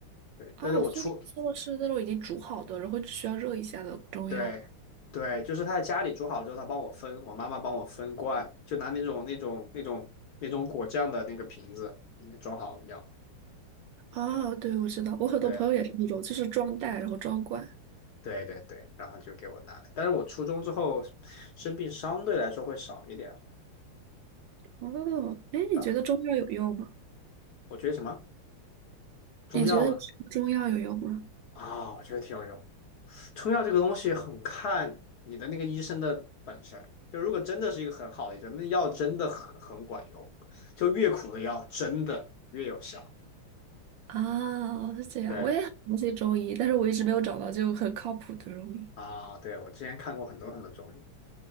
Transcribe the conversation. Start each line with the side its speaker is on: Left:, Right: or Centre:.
Left: 对，
Right: 哦，
Left: 但是我出，
Right: 所以做的是那种已经煮好的，然后只需要热一下的中药吧。
Left: 对，对，就是他在家里煮好了之后，他帮我分，我妈妈帮我分罐，就拿那种那种那种那种果酱的那个瓶子里面装好药。
Right: 哦，对，我知道，我很多朋友也是那种，
Left: 对
Right: 就是装袋然后装罐。
Left: 对对对，然后就给我拿来。但是我初中之后生病相对来说会少一点。
Right: 哦，哎，你觉得中药有用吗？
Left: 但我觉得什么？中药吗？
Right: 你觉得吃中药有用吗？
Left: 啊、我觉得挺有用。中药这个东西很看你的那个医生的本事，就如果真的是一个很好的医生，那药真的很很管用，就越苦的药真的越有效。
Right: 啊，是这样，
Left: 对
Right: 我也很相信中医，但是我一直没有找到就很靠谱的中医。
Left: 啊、对，我之前看过很多很多中医，